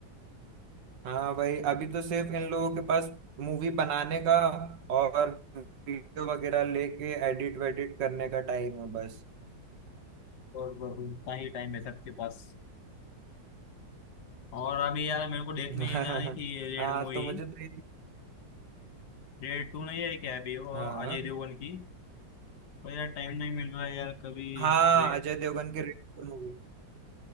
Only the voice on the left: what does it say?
और बस उतना ही टाइम है सबके पास और अभी यार मेरे को देखने
जानी थी रेड
मूवी
रेड टू नहीं है क्या अभी वो
अजय देवगन की पर यार टाइम नहीं मिल रहा है यार कभी
ये-